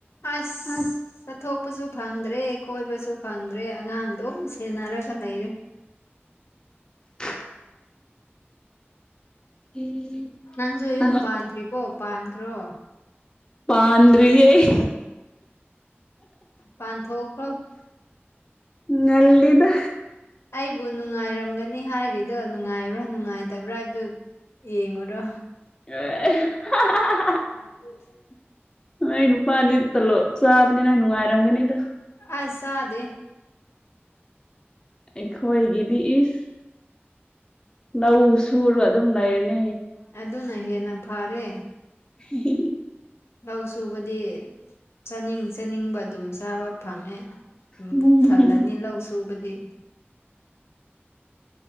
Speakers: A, on the left; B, on the left.
A: ꯑꯁ
B: ꯑ꯭ꯁ
A: ꯆꯠꯊꯣꯛꯄꯁꯨ ꯐꯪꯗ꯭ꯔꯦ ꯀꯣꯏꯕꯁꯨ ꯐꯪꯗ꯭ꯔꯦ ꯑꯉꯥꯡꯗꯨꯝ ꯁꯦꯟꯅꯔꯒ ꯂꯩꯔꯦ
B: <inaudible> <inaudible> ꯎꯝ <unintelligible>
A: ꯅꯪꯁꯨ ꯌꯨꯝ
B: ꯅꯪ
A: ꯄꯥꯟꯗ꯭ꯔꯤꯕꯣ ꯄꯥꯟꯈ꯭ꯔꯣ
B: ꯄꯥꯟꯗ꯭ꯔꯤꯌꯦ ꯑꯩ
A: ꯄꯥꯟꯊꯣꯛꯈ꯭ꯔꯣ
B: ꯉꯜꯂꯤꯗ
A: ꯑꯩꯕꯨ ꯅꯨꯡꯉꯥꯏꯔꯝꯒꯅꯤ ꯍꯥꯏꯔꯤꯗꯣ ꯅꯨꯡꯉꯥꯏꯕ꯭ꯔꯥ ꯅꯨꯡꯉꯥꯏꯇꯕ꯭ꯔꯥ ꯍꯥꯏꯕꯗꯨ ꯌꯦꯡꯉꯔꯣ
B: ꯑꯦ <unintelligible>
A: ꯎꯝ <unintelligible>
B: ꯅꯣꯏ ꯅꯨꯄꯥꯗꯤ ꯇꯣꯂꯣꯞ ꯆꯥꯕꯅꯤꯅ ꯅꯨꯡꯉꯥꯏꯔꯝꯒꯅꯤꯗ
A: ꯑ꯭ꯁ ꯆꯥꯗꯦ
B: ꯑꯩꯈꯣꯏꯒꯤꯗꯤ ꯏ꯭ꯁ ꯂꯧ ꯁꯨꯔꯒ ꯑꯗꯨꯝ ꯂꯩꯔꯤꯅꯤ
A: ꯑꯗꯨꯅ ꯍꯦꯟꯅ ꯐꯔꯦ
B: ꯎ <unintelligible>
A: ꯂꯧ ꯁꯨꯕꯗꯤ ꯆꯥꯅꯤꯡ ꯆꯥꯅꯤꯡꯕ ꯑꯗꯨꯝ ꯆꯥꯕ ꯐꯪꯉꯦ ꯎ
B: ꯎꯝ
A: ꯄꯨꯛ ꯊꯜꯂꯅꯤ ꯂꯧ ꯁꯨꯕꯗꯤ